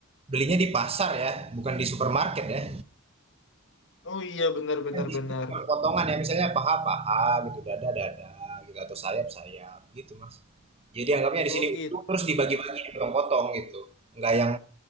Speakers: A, on the right (about 25°); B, on the left (about 55°).
A: belinya di pasar ya, bukan di supermarket ya.
B: Oh iya, benar-benar
A: Ya di sini
B: benar.
A: cuma
B: benar, benar.
A: potongan ya, misalnya paha-paha gitu, dada-dada gitu, atau sayap-sayap gitu, Mas. Jadi anggapnya di
B: Oh
A: sini
B: gitu.
A: itu terus dibagi-bagi, dipotong-potong gitu. Enggak yang